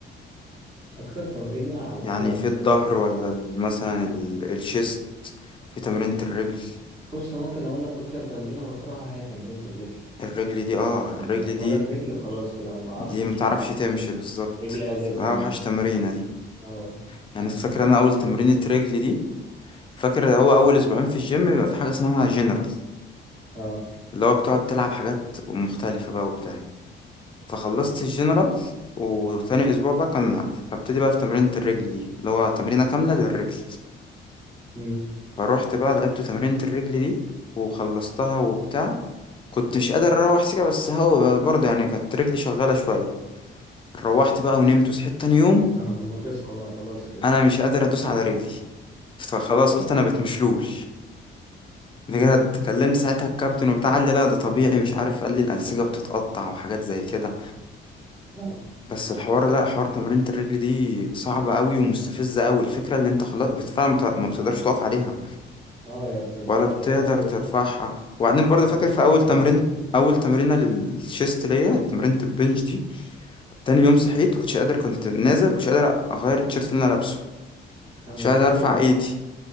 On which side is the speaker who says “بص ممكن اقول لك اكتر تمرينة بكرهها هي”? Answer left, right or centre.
Right